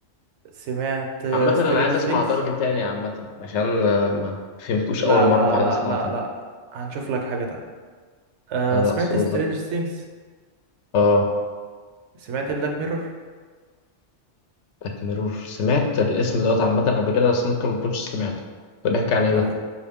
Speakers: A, on the right; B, on the left.
A: سمعت
B: عامة انا
A: سترينج
B: عايز اسمع
A: 6
B: درج تاني عامة عشان آه، ما فهمتوش
A: لا
B: اول مرة
A: لا
B: فعايز
A: لا
B: اسمعه
A: لا
B: تاني
A: لا هنشوف لك حاجة تانية أه
B: خلاص
A: سمعت
B: هو
A: سترينج
B: ده
A: ثينجز
B: اه
A: سمعت بلاك ميرور
B: بلاك ميرور سمعت الاسم دوت عامة قبل كده بس ممكن ما كنتش سمعته ده بيحكي عن ايه
A: لا
B: ده